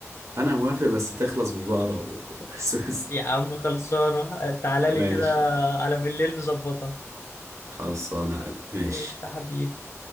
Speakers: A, on the right (about 70°); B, on the left (about 60°).
A: أنا موافق بس تخلص ببقرة و... <laughs> بس بس.
B: يا عم خلصانة تعالى لي
A: ماشي
B: كده على بالليل نظبطها
A: خلصانة يا قلبي. ماشي
B: قشطة حبيبي